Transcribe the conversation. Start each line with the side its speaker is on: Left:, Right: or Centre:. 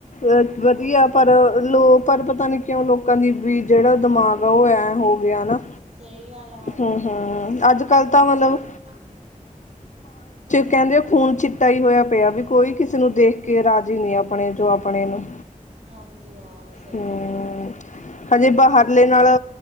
Left: ਅ ਵਧੀਆ
Right: ਹਾਂਜੀ ਹਾਂ
Left: ਪਰ ਲੋ ਪਰ ਪਤਾ ਨੀ ਕਿਉਂ ਲੋਕਾਂ ਦੀ ਵੀ ਜਿਹੜਾ ਦਿਮਾਗ ਆ ਉਹ ਐਂ ਹੋ ਗਿਆ ਨਾ
Right: ਸਹੀ ਗੱਲ ਹਾਂਜੀ
Left: ਹੂੰ
Right: ਹਾਂ
Left: ਹੂੰ
Right: ਮੈਡਮ
Left: ਅੱਜ ਕੱਲ੍ਹ ਤਾਂ ਮਤਲਬ
Right: ਹਮ
Left: ਕਹਿੰਦੇ ਖੂਨ ਚਿੱਟਾ ਹੀ ਹੋਇਆ ਪਿਆ ਵੀ ਕੋਈ ਕਿਸੇ ਨੂੰ ਦੇਖ ਕੇ ਰਾਜ਼ੀ ਨਹੀਂ ਆਪਣੇ ਜੋ ਆਪਣੇ ਨੂੰ
Right: ਹਾਂਜੀ ਹਾਂ ਸਹੀ
Left: ਹੂੰ
Right: ਗੱਲ ਹੈ ਮੈਡਮ
Left: ਹਜੇ ਬਾਹਰਲੇ
Right: ਹਮ
Left: ਨਾਲ
Right: ਹ